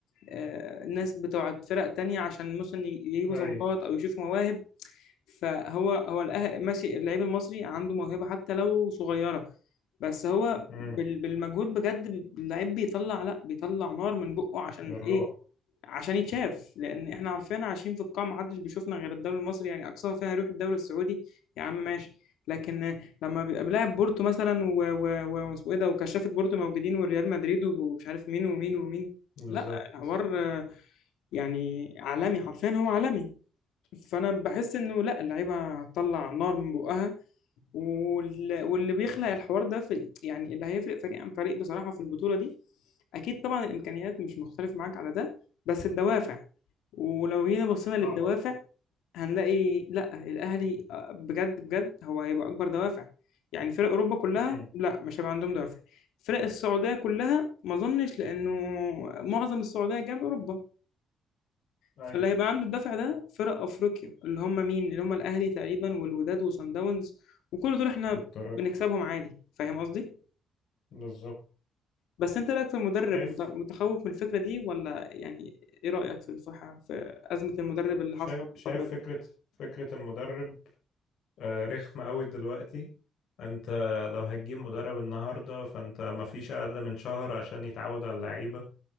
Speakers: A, on the left; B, on the left.
A: آه، ناس بتوع فرق تانية عشان مثلا يجيبوا
B: اي
A: صفقات او يشوفوا مواهب فهو هو الأه- ماشي اللعيب المصري عنده موهبة حتى لو صغيرة بس هو
B: امم
A: بال- بالمجهود بجد اللعيب بيطلع لا بيطلع نار من بقه عشان
B: بالروح
A: ايه عشان يتشاف لان احنا عارفين عايشين في القاع محدش بيشوفنا غير الدوري المصري يعني اقصاها فيها يروح الدوري السعودي يا عم ماشي لكن لما بيبقى بلاعب بورتو مثلا و- و- و- واسمه ايه ده وكشافة بورتو موجودين والريال مدريد ومش عارف مين ومين ومين
B: بالظبط
A: لا الحوار آه، يعني عالمي حرفيا هو عالمي فانا بحس انه لا اللعيبه هتطلع نار من بقها وال- واللي بيخلق الحوار ده في يعني اللي هيفرق فريق عن فريق بصراحه في البطوله دي اكيد طبعا الامكانيات مش مختلف معاك على ده بس الدوافع ولو جينا بصينا للدوافع
B: طبعا
A: هنلاقي لا الاهلي آه، بجد بجد هو هيبقى اكبر دوافع يعني فرق اوروبا كلها
B: امم
A: لا مش هيبقى عندهم دوافع فرق السعوديه كلها ما اظنش لانه معظم السعوديه جايه من اوروبا
B: ايوه
A: فاللي هيبقى عنده الدفع ده فرق افريقيا اللي هم مين اللي هم الاهلي تقريبا والوداد وصن داونز وكل دول احنا
B: والترجي
A: بنكسبهم عادي فاهم قصدي
B: بالظبط
A: بس انت إيه رايك في المدرب
B: شايف
A: مت- متخوف من الفكره دي ولا يعني ايه رايك في الصحه في ازمه المدرب اللي
B: شايف
A: حصلت الفتره
B: شايف
A: دي
B: فكرة فكرة المدرب آه، رخمة قوي دلوقتي انت لو هتجيب مدرب النهاردة فانت مفيش اقل من شهر عشان يتعود على اللعيبة